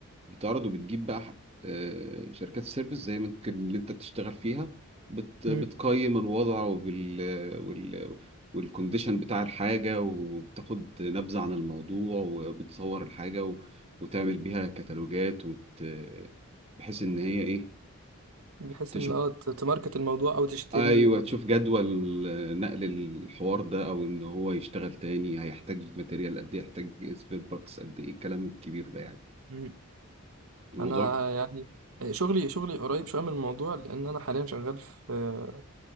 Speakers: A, on the right; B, on the right.
A: بتعرض وبتجيب بقى ح- آه، شركات سيرفيس زي ما يمكن اللي انت بتشتغل فيها بت بتقيم
B: مم.
A: الوضع وبال وال والكونديشن بتاع الحاجة وبتاخد نبذة عن الموضوع وبتصور الحاجة و... وتعمل بيها كتالوجات وت... بحيث ان هي ايه
B: بحيث
A: تشوف
B: ان اه ت- تماركت الموضوع او تشتري
A: ايوه
B: أو...
A: تشوف جدول نقل الحوار ده او ان هو يشتغل تاني هيحتاج ماتيريال قد ايه يحتاج سبير بارتس قد ايه الكلام الكبير ده يعني
B: مم.
A: الموضوع
B: انا يعني شغلي شغلي قريب شويه من الموضوع لان انا حاليا شغال في